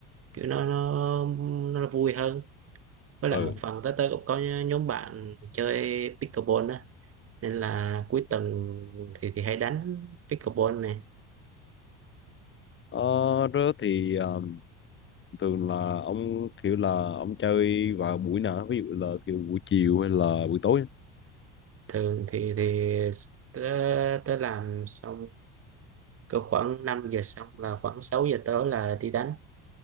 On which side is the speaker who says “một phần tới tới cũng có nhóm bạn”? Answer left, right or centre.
Right